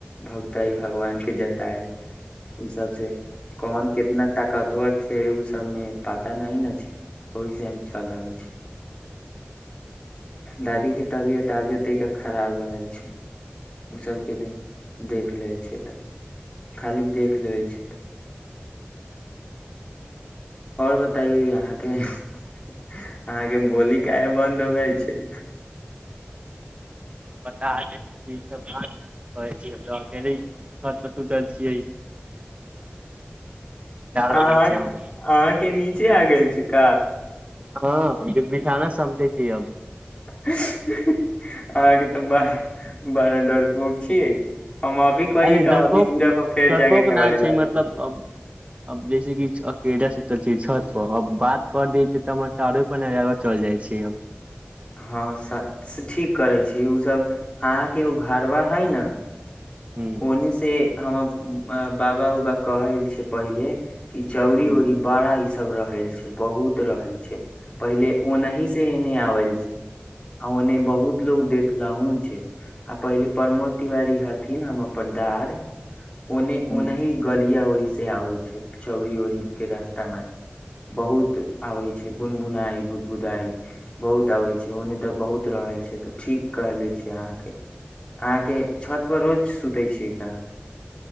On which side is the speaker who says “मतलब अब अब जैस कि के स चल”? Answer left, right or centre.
Right